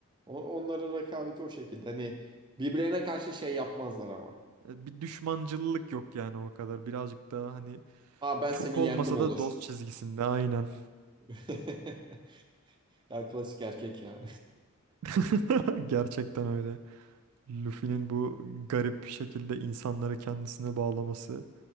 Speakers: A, on the right; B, on the right.
A: O- onların rekabeti o şekilde. Hani birbirlerine karşı şey yapmazlar ama.
B: E, Bir düşmancıllık yok yani o kadar. Birazcık daha hani
A: Aa ben
B: çok
A: seni
B: olmasa
A: yendim olur.
B: da dost çizgisinde aynen.
A: <laughs> Ya klasik erkek ya.
B: <laughs> Gerçekten öyle. Luffy'nin bu garip şekilde insanları kendisine bağlaması.